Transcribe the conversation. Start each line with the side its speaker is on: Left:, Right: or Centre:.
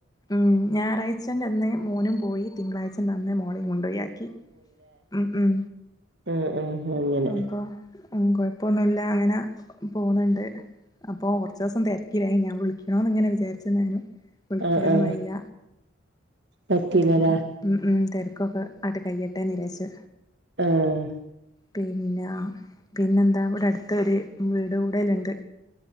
Left: ഉം ഞായറാഴ്ച്ചന്റന്ന് മോനും പോയി തിങ്കളായ്ച ച്ചന്റന്ന് മോളേം കൊണ്ടോയാക്കി ഉം ഉം
Right: അ അ അങ്ങനെ
Left: അപ്പൊ ഉം കൊഴപ്പൊന്നുല്ല അങ്ങന പോന്ന്ണ്ട് അപ്പോ കൊർച്ചുസം തെരക്കിലായി ഞാൻ വിളിക്കണോന്ന്ങ്ങനെ വിചാരിച്ചന്നേനു വിളിക്കാനും
Right: ആ ആ
Left: ആയില്ല
Right: പറ്റീലല്ലേ
Left: പിന്നെ ഉം ഉം തെര്ക്കൊക്കെ അട്ട് കയ്യെട്ടെ നിരെച്ച്
Right: ആഹ്
Left: പിന്നെ പിന്നെന്താ ഇവെടട്ത്തൊരു വീട് കൂടെല്ണ്ട്